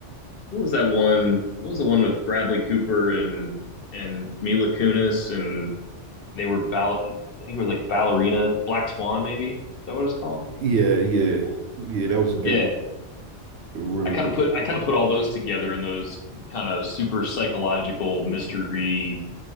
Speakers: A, on the left; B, on the right.
A: what was that one? What was the one with Bradley Cooper and and Mila Kunis and they were ball. I think it was like Ballerina, Black Swan, maybe. Is that what it was called?
B: <laughs> yeah, yeah, yeah, that was a good,
A: Yeah.
B: really
A: I kind
B: good.
A: of put I kind of put all those together in those kind of super psychological mystery